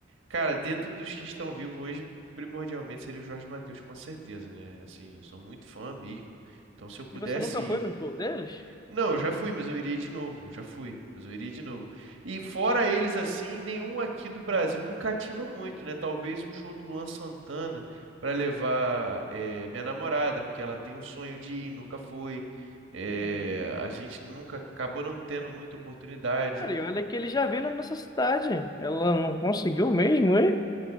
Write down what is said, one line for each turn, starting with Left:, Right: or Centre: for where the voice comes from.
Right: Cara, dentro dos que estão vivos hoje, primordialmente seria o Jorge Mateus, com certeza, né? Assim, eu sou muito fã mesmo. Então, se eu pudesse
Left: E você nunca foi no show deles?
Right: Não, eu já fui, mas eu iria de novo. Já fui, mas eu iria de novo. E fora
Left: Sim,
Right: eles assim, nenhum aqui do Brasil me cativa muito, né? Talvez um show do Luan Santana para levar eh, minha namorada, porque ela tem um sonho de ir, nunca foi. Eh,
Left: também.
Right: a gente nunca acabou não tendo muita oportunidade.
Left: Cara, e olha que ele já veio na nossa cidade. Ela não conseguiu mesmo, hein?